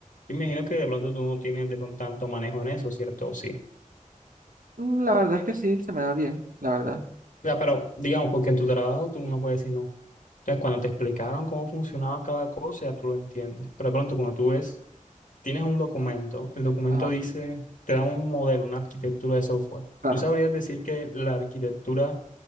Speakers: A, on the left (about 65°); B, on the right (about 80°).
A: y me imagino que de pronto tú no tienes de pronto tanto manejo en eso, ¿cierto? Sí.
B: Mm, La verdad es que sí, se me da bien, la verdad.
A: O sea, pero digamos, porque en tu trabajo tú no puedes decir no. Entonces, cuando te explicaron cómo funcionaba cada cosa, ya tú lo entiendes. Pero de pronto, cuando tú ves, tienes un documento, el documento
B: Ajá,
A: dice, te da un modelo, una arquitectura de software.
B: claro.
A: ¿Tú sabrías decir que la arquitectura